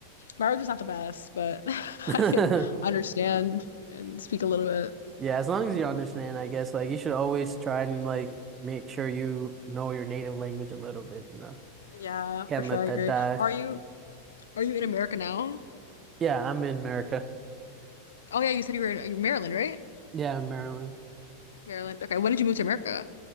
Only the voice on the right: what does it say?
<laughs>
yeah,
as long as you understand, I guess like you should always try and like make sure you know your native language a little bit, you know.
Can't
let
that
die.
Yeah, I'm in America.
Yeah, i Maryland.